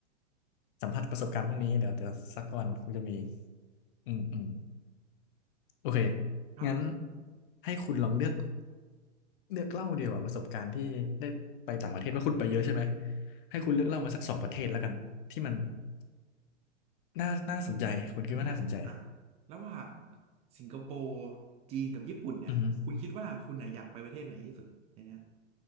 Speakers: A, on the left; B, on the right.
A: สัมผัสประสบการณ์พวกนี้เดี๋ยวเดี๋ยวสักวันคงจะมีอืมอืม โอเค
B: ครับ
A: งั้นให้คุณลองเลือกเลือกเล่าเดียว่าประสบการณ์ที่ได้ไปต่างประเทศว่าคุณไปเยอะใช่ไหมให้คุณเลือกเล่ามาสักสองประเทศแล้วกันที่มัน
B: โอ้
A: น่าน่าสนใจคุณคิดว่าน่าสนใจ
B: อันเนี้ยอ่ะระหว่างสิงคโปร์จีนกับญี่ปุ่นเนี่ยคุณคิดว่าคุณน่ะอยากไปประเทศไหนที่สุดในเนี้ย
A: อือฮึ